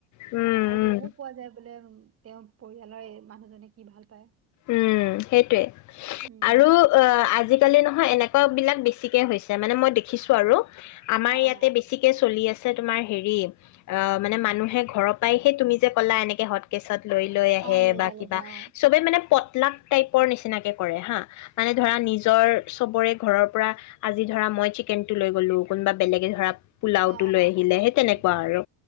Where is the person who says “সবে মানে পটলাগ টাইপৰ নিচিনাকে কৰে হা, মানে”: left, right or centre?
Left